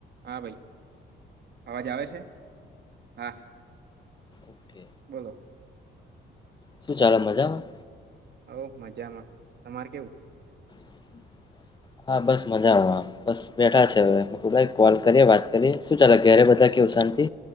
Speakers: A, on the right; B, on the left.
A: હા ભાઈ અવાજ આવે છે. હા
B: ઓકે
A: બોલો
B: શું ચાલે મજામાં
A: હ મજામાં તમારી
B: <inaudible> હા બસ મજામાં બસ બેઠા છે હવે <unintelligible> કોલ કર્યો વાત કરી શું ચાલે ઘેરે બધા કેવું શાંતિ.